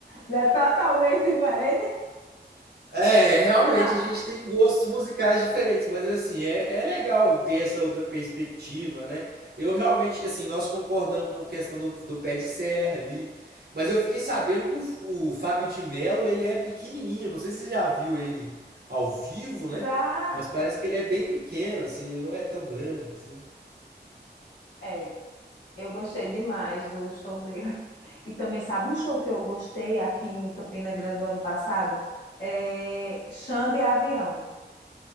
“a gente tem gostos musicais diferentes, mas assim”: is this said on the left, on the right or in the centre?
Right